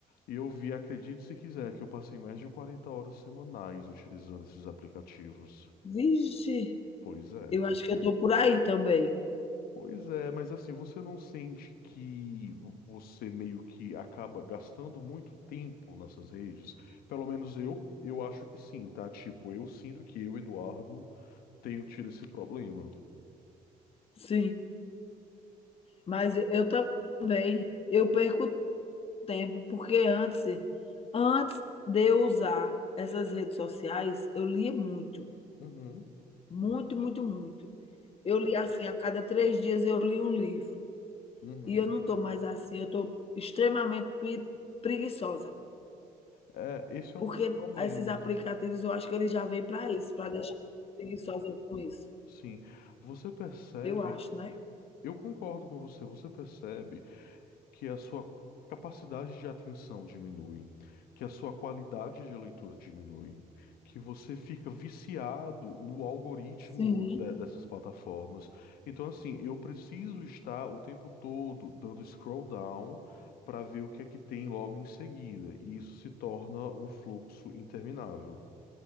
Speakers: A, on the left (about 85°); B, on the left (about 40°).
A: E eu vi, acredite se quiser, que eu passei mais de 40 horas semanais utilizando esses aplicativos.
B: Vixe,
A: Pois é.
B: eu acho que eu estou por aí também.
A: Pois é, mas assim, você não sente que você meio que acaba gastando muito tempo nessas redes? Pelo menos eu, eu acho que sim, tá? Tipo, eu sinto que eu, Eduardo, tenho tido esse problema.
B: Sim. Mas eu também, eu perco tempo, porque antes, antes de eu usar essas redes sociais, eu lia muito,
A: Uhum,
B: muito, muito, muito. Eu li assim, a cada 3 dias eu li um livro.
A: uhum.
B: E eu não estou mais assim, eu estou extremamente pre preguiçosa,
A: É, esse é
B: porque
A: um dos problemas,
B: esses aplicativos eu acho que eles já vêm para isso, para deixar preguiçosa com isso.
A: sim. Você percebe,
B: Eu acho, né?
A: eu concordo com você, você percebe que a sua capacidade de atenção diminui, que a sua qualidade de leitura diminui, que você fica viciado no algoritmo
B: Sim,
A: de- dessas plataformas. Então, assim, eu preciso estar o tempo todo dando scroll down para ver o que é que tem logo em seguida, e isso se torna um fluxo interminável.